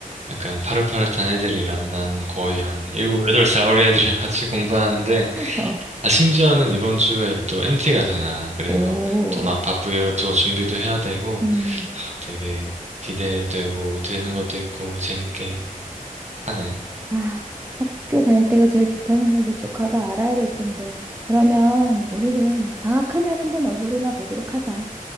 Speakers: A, on the right; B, on the right.
A: 약간 파릇파릇한 애들이랑 나는 거의 한 일곱 여덟 살 어린 애들이랑 같이 공부하는데
B: 어,
A: 아 심지어는 이번 주에 또 MT 가잖아. 그래서
B: 오.
A: 또 막 바쁘게 이것저것 준비도 해야 되고
B: 음.
A: 되게 기대되고 되는 것도 있고 재밌게 하네.
B: 아, 학교 다닐 때가 제일 좋다는 걸 내 조카가 알아야 될 텐데. 그러면 우리는 방학하면 한번 얼굴이나 보도록 하자.